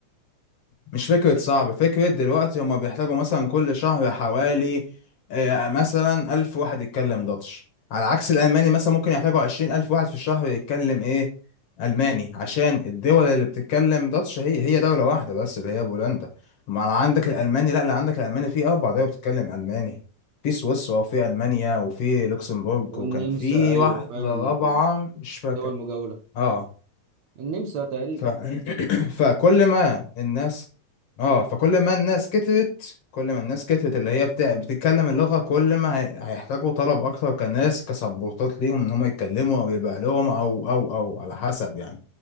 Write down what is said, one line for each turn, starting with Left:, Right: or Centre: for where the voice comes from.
Left: مش فكرة صعب فكرة دلوقتي هما بيحتاجوا مثلا كل شهر حوالي آه، مثلا ألف واحد يتكلم داتش على عكس الألماني مثلا ممكن يحتاجوا عشرين ألف واحد في الشهر يتكلم إيه ألماني عشان الدول اللي بتتكلم داتش هي هي دولة واحدة بس اللي هي بولندا ما أنا عندك الألماني لا اللي عندك الألماني في أربع دول بتتكلم ألماني في سويسرا وفي ألمانيا وفي لوكسمبورج
Right: والنمسا
Left: وكان في
Right: ايوه
Left: واحدة
Right: فاهم
Left: رابعة
Right: والدول
Left: مش فاكر
Right: المجاورة
Left: اه
Right: النمسا تقريبا
Left: ف... <clears throat> فكل ما الناس اه فكل ما الناس كترت كل ما الناس كترت اللي هي بتاع... بتتكلم اللغة كل ما هي... هيحتاجوا طلب أكتر كناس كسبورتات ليهم إن هم يتكلموا أو يبقى لهم أو أو أو على حسب يعني